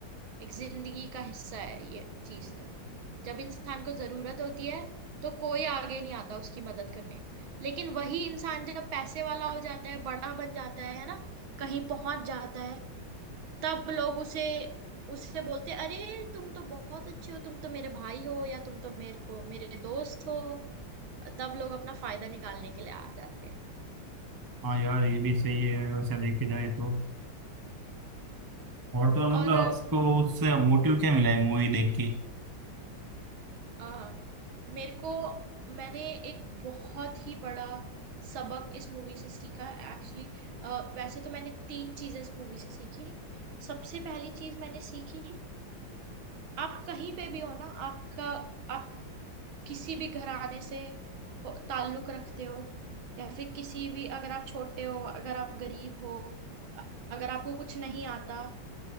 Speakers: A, on the right (about 80°); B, on the right (about 15°).
A: एक जिंदगी का हिस्सा है ये चीज तो जब इंसान को जरूरत होती है तो कोई आगे नहीं आता उसकी मदद करने लेकिन वही इंसान जब पैसे वाला हो जाता है बड़ा बन जाता है है ना कहीं पहुंच जाता है तब लोग उसे उससे बोलते हैं, अरे तुम तो बहुत अच्छे हो तुम तो मेरे भाई हो या तुम तो मेरे को मेरे दोस्त हो तब लोग अपना फायदा निकालने के लिए आ जाते हैं
B: हाँ यार ये भी सही है वैसे देखे जाए तो और तो और
A: और
B: मतलब आपको उससे मोटिव क्या मिला है मूवी देख के
A: हाँ मेरे को मैंने एक बहुत ही बड़ा सबक इस मूवी से सीखा एक्चुअली वैसे तो मैंने तीन चीजें इस मूवी से सीखी सबसे पहली चीज मैंने सीखी आप कहीं पे भी हो ना आपका आप किसी भी घराने से हो- ताल्लुक रखते हो या फिर किसी भी अगर आप छोटे हो अगर आप गरीब हो अगर आपको कुछ नहीं आता